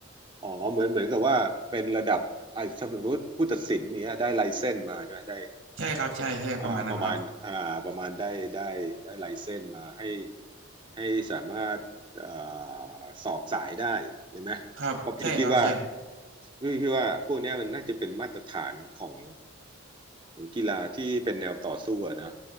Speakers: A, on the right; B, on the right.
A: อ๋อเหมือนเหมือนกับว่าเป็นระดับอ่าสมมติผู้ตัดสินเนี้ยได้ไลเซนส์มาใช่ไหมได้
B: ใช่ครับใช่ใช่ประมาณนั้นครับ
A: อ่าประมาณอ่าประมาณได้ได้ได้ไลเซนส์มาให้ ให้สามารถเอ่อสอบสายได้ใช่ไหมเพราะพี่คิดว่า
B: ครับใช่ครับใช่
A: พี่คิดว่าพวกเนี้ยมันน่าจะเป็นมาตรฐานของของกีฬาที่เป็นแนวต่อสู้อะนะ